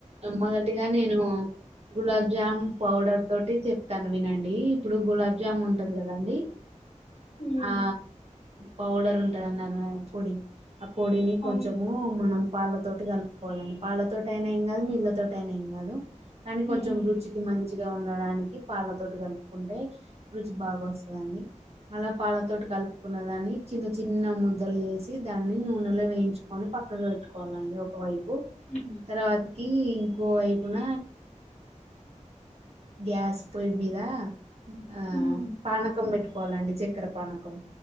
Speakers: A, on the right (about 55°); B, on the left (about 65°).
A: మొదటిగా నేను గులా జామ్ పౌడర్ తోటి చెప్తాను వినండి ఇప్పుడు గులాబ్ జామ్ ఉంటది కదండి
B: ఉమ్
A: ఆ పౌడర్ ఉంటదన్నారు గదా పొడి ఆ పొడిని కొంచము
B: అవును
A: మనం పాళ్ళతోటి కలుపుకోవాలండి పాళ్ళతోటియినా ఏం కాదు నీళ్ళతోటి అయినేం కాదు కానీ కొంచం
B: ఉమ్
A: రుచికి మంచిగా ఉండడానికి పాలతోటి కలుపుకుంటే రుచి బాగా వస్ దండి మళ్ళ పాలతోటి కలుపుకున్నాదాన్ని చిన్న చిన్న ముద్దల్ చెసి సి దాన్ని నూనెలో వేయించుకొని పక్కక్ పెట్టుకోవాలండి ఒకవైపు
B: ఉమ్
A: తర్వాతకి ఇంకో వైపున గ్యాస్ పోయి మీదా ఆ
B: ఉమ్
A: పానకం పెట్టుకోవాలండి చక్కెర పానకం